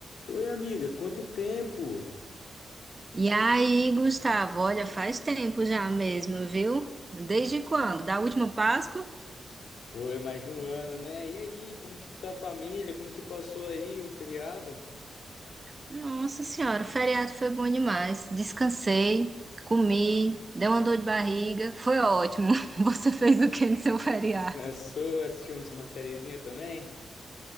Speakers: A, on the left; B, on the right.
A: Oi, amiga, quanto tempo?
B: E aí, Gustavo, olha, faz tempo já mesmo, viu? Desde quando? Da última Páscoa?
A: Foi mais de um ano, né? E aí, como que tá a família? Como que passou aí o feriado?
B: Nossa Senhora, o feriado foi bom demais. Descansei, comi, dei uma dor de barriga, foi ótimo. <laughs> Você fez o que no seu feriado?
A: Descansou? Assistimos uma sériezinha também?